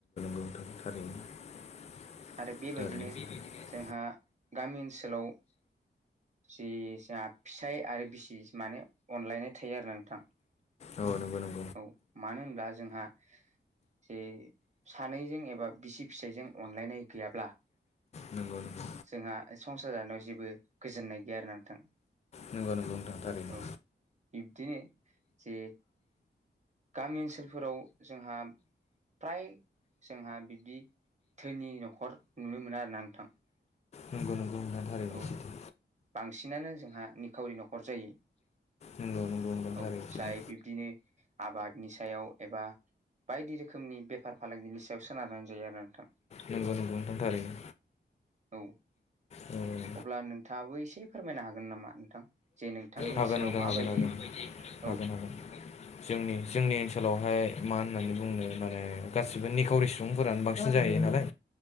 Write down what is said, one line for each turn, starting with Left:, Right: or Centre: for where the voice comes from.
Left: औ थारैनो
Right: आरो बेबायदिनो
Left: थारैनो सैथो
Right: जोंहा गामि ओनसोलाव जि जा फिसाय आरो बिसि माने अनलायनाय थायो आरो नोंथां <unintelligible>
Left: औ नोंगौ नों
Right: औ मानो होनब्ला जोंहा जे सानैजों एबा बिसि फिसायजों अनलायनाय गैयाब्ला
Left: नंगौ नंगौ
Right: जोंहा संसार जानायाव जेबो गोजोननाय गैया आरोना नोंथां
Left: नंगौ नंगौ थारैनो
Right: औ बिब्दिनो जे गामि ओनसोलफोराव जोंहा फ्राय जोंहा बिब्दि धोनि न'खर नुनो मोना आरोना नोंथां।
Left: नंगौ नंगौ नोंथां‌ थारैनो
Right: औ
Left: सैथो
Right: बांसिनानो जोंहा निखावरि न'खर जायो।
Left: नंगौ नंगौ नोंथां थारैनो
Right: औ
Left: सैथो।
Right: जाय बिब्दिनो आबादनि सायाव एबा बायदि रोखोमनि बेफार फालांगिनि सायाव सोनारनै जायो आरो नोंथां
Left: नंगौ नंगौ नोंथा थारैनो
Right: औ
Left: औ औ।
Right: अब्ला नोंथाङाबो एसे फोरमायनो हागोन नामा नोंथां? जे नोंथांनि
Left: हागोन
Right: ओनसोलाव
Left: नोंथां
Right: माबायदि
Left: हागोन हागोन हागोन
Right: औ
Left: हागोन। जोंनि जोंनि ओनसोलावहाय मा होननानै बुंनो माने गासिबो निखावरि सुबुंफोरानो बांसिन जाहैयो नालाय